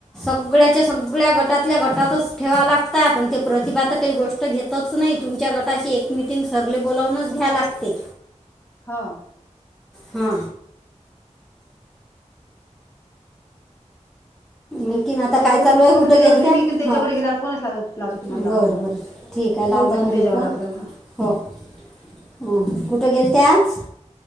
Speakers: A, in the centre; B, on the left (about 20°).
A: सगळ्याच्या सगळ्या गटातल्या गटातच ठेवा लागतात आणि ते प्रतिभात काही गोष्ट घेतच नाही तुम्ही तिच्या गटाची एक मिीटिंग सरले बोलावूनच घ्या लागते.
B: ह
A: हा आणखीन
B: त्या
A: काय
B: बहीण
A: चालू
B: आता
A: आहे
B: पाह
A: कुठं
B: ना त्याच्या
A: गेल
B: घरी
A: त्या
B: मीण त्याच्या
A: हो
B: घरी गेल्यावर फोनच लातो तुम्हालाता
A: बरं बरं ठीक आहे लाव
B: जोन पतंत
A: जा मला
B: तेजच्यावररापर्यंत
A: फोन <unintelligible> हो कुठे गेल त्याच